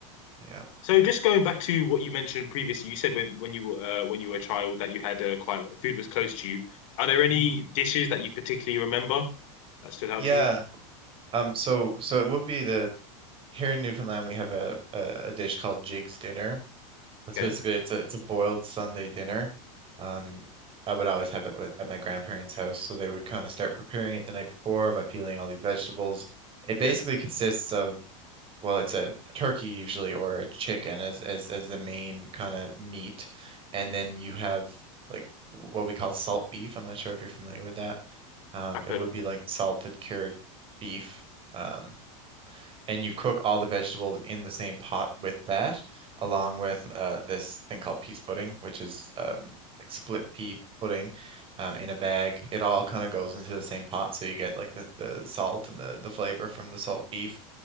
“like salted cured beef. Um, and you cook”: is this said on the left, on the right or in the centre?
Right